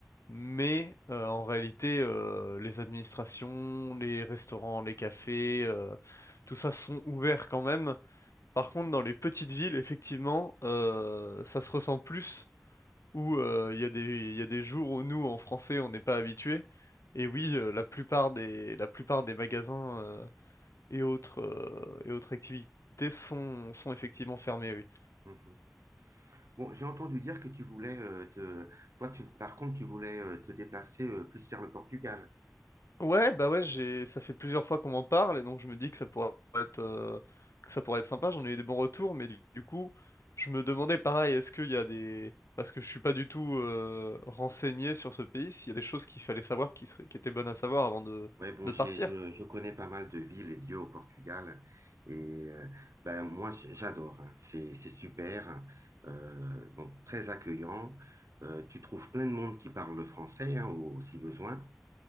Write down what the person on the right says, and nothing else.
mhm. Bon, j'ai entendu dire que tu voulais euh, te toi tu par contre tu voulais euh, te déplacer euh, plus vers le Portugal.
Ouais, bon,
j'ai
je, je connais pas mal de villes et de lieux au Portugal et euh, ben moi j- j'adore, hein. C'est c'est super, euh, donc très accueillant. Euh, tu trouves plein de monde qui parle le français hein, au- si besoin.